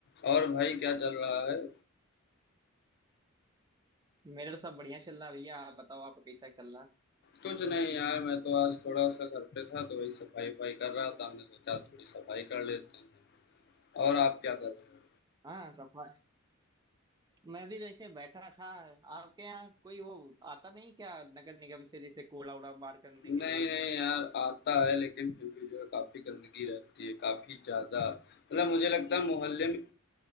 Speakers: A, on the left; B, on the right.
A: और भाई क्या चल रहा है?
B: मेरा तो सब बढ़िया चल रहा है भैया आप बताओ आपका कैसा चल रहा है
A: कुछ नहीं यार मैं तो आज थोड़ा सा घर पे था तो वही सफाई वफाई कर रहा था हमने सोचा थोड़ी सफाई कर लेते हैं और आप क्या कर रहे
B: हाँ सफा मैं भी जैसे बैठा था आपके यहाँ कोई वो आता नहीं क्या नगर निगम से जैसे कूड़ा उड़ा बाहर करने
A: हो
B: के
A: नहीं
B: लिए
A: नहीं यार आता है लेकिन फिर भी जो है काफी गंदगी रहती है काफी ज्यादा मतलब मुझे लगता है मोहल्ले में